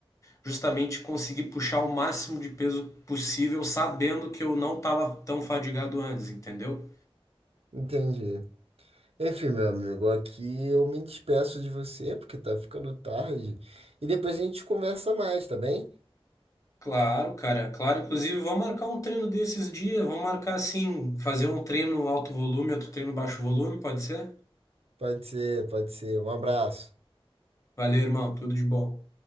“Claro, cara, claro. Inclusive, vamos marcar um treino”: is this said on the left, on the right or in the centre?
Left